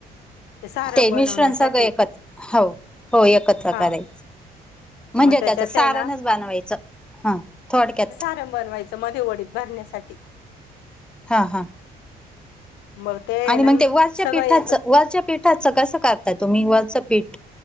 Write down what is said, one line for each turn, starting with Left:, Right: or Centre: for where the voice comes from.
Left: सारण
Centre: ते
Left: बनवण्यासाठी
Centre: मिश्रण सगळं एकत्र हो हो एकत्र
Left: हा
Centre: करायचं. म्हणजे
Left: मग त्याच्यात
Centre: त्याचं सारणच
Left: आहे ना
Centre: बनवायचं हा थोडक्यात.
Left: ारम बनवायच मध्ये वडीत भरण्यासाठी.
Centre: हा हा.
Left: मग ते आहे
Centre: आणि
Left: ना
Centre: म्हणते वरच्या
Left: सगळं
Centre: पीठाचं,
Left: एकत्र
Centre: वरच्या पीठाचं कसं करता तुम्ही वरचं पीठ.